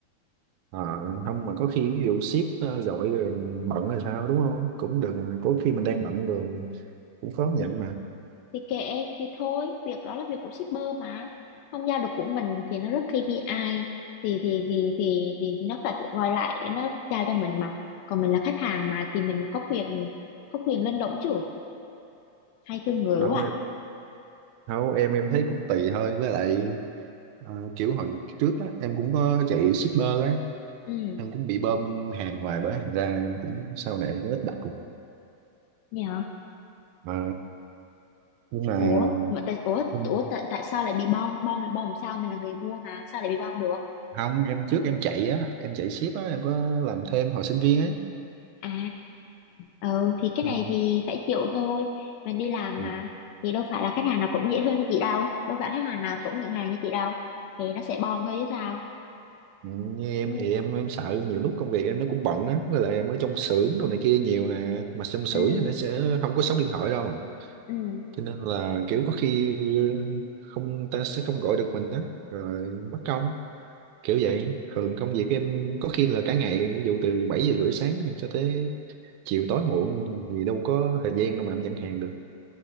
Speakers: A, on the right (about 85°); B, on the left (about 80°).
A: Ờ, không mà có khi ví dụ ship ờ, gọi rồi mình bận rồi sao đúng không cũng được mà có khi mình đang bận rồi cũng khó nhận
B: gì
A: mà
B: thì kệ thì thôi việc đó là việc của shipper mà không giao được của mình thì nó rất KPI thì thì thì thì, thì nó phải gọi lại để nó giao cho mình mà còn mình là khách hàng mà thì mình có quyền có quyền lên động chứ hay thương người
A: đâu
B: quá à.
A: không em em thấy cũng tùy thôi với lại ờ, kiểu hồi trước á em cũng có chạy shipper á
B: ừ
A: em cũng bị bơm hàng hoài bởi thành ra em cũng sau này em cũng ít đặt luôn
B: nhỉ
A: Ờ, nhưng mà
B: ủa mà tại ủa
A: không
B: ủa tại, tại sao lại bị bom bom bom làm sao mình là người mua mà sao lại bị bom được
A: không, em trước em chạy á em chạy ship á em có làm thêm hồi sinh viên á
B: À, ừ, thì cái
A: ừ.
B: này thì phải chịu thôi. Mình đi làm
A: Ừ.
B: mà. Thì đâu phải là khách hàng nào cũng dễ thương như chị đâu. Đâu phải khách hàng nào cũng nhận hàng như chị đâu. Thì nó sẽ bom thôi chứ sao.
A: ừ, như em
B: Ừ,
A: thì em em sợ nhiều lúc công việc em nó cũng bận á với lại em ở trong xưởng đồ này kia nhiều nè mà trong xưởng
B: ừ,
A: thì nó sẽ không có sóng điện thoại đâu
B: ừ.
A: cho nên là kiểu có khi không ta sẽ không gọi được mình đó rồi mất công kiểu vậy thường công việc em có khi là cả ngày ví dụ từ 7 giờ rưỡi sáng thì cho tới chiều tối muộn thì đâu có thời gian đâu mà em nhận hàng được